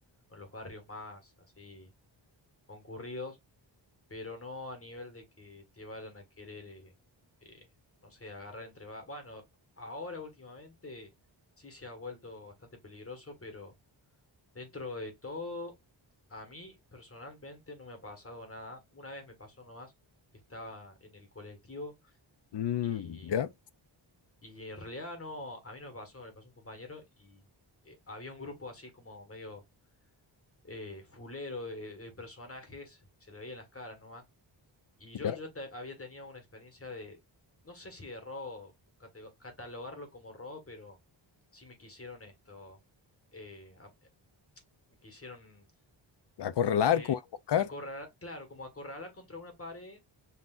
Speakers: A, on the left; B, on the left.
A: o en los barrios más así concurridos, pero no a nivel de que te vayan a querer, eh, eh, no sé, agarrar entre... va- Bueno, ahora últimamente sí se ha vuelto bastante peligroso, pero dentro de todo, a mí personalmente no me ha pasado nada. Una vez me pasó nomás que estaba en el colectivo.
B: Mm,
A: y
B: ya,
A: y en realidad no, a mí no me pasó, le pasó a un compañero y eh, había un grupo así como medio eh, fulero de, de personajes, que se le veían las caras nomás. Y yo,
B: ya.
A: yo te- había tenido una experiencia de, no sé si de robo, cate- catalogarlo como robo, pero sí me quisieron esto, eh, a- me quisieron
B: Acorralar,
A: eh,
B: como buscar.
A: acorralar, claro, como acorralar contra una pared